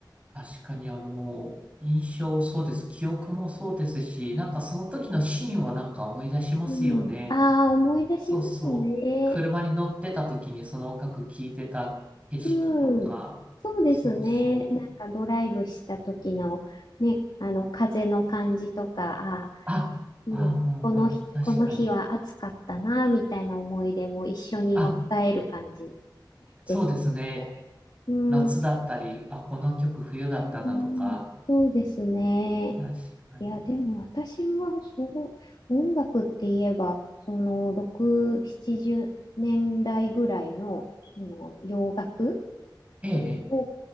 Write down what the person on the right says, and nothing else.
確かにあの、印象そうです。記憶もそうですし、なんかその時のシーンはなんか思い出しますよね。
そうそう。車に乗ってた時にその音楽聴いてた景色とか、
そうそう。
あ、
ああ、
ああ、
確かに。
あ、そうですね。
夏だったり、あ、この曲冬だったなとか。
確かに。
ええ、ええ。